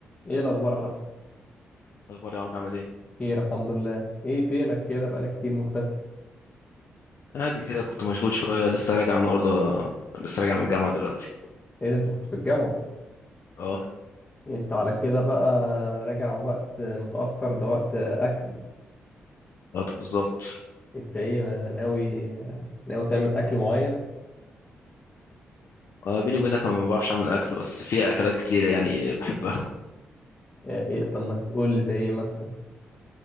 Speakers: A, on the left; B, on the left.
A: ايه الاخبار يا حسن
B: اخبار يا عمرو عامل ايه
A: خير الحمد لله ايه فينك كده بقالك كتير مختفي
B: عادي كده كنت مشغول شويه لسه راجع النهارده لسه راجع من الجامعه دلوقتي
A: ايه ده انت كنت في الجامعة
B: اه
A: انت على كده بقى راجع وقت متأخر ده وقت اكل
B: آه، طب بالظبط
A: انت ايه ناوي ناوي تعمل اكل معين
B: آه بيني وبينك انا ما بعرفش اعمل اكل بس في اكلات كتير يعني بحبها
A: اه، ايه طب ما تقول لي زي ايه مثلا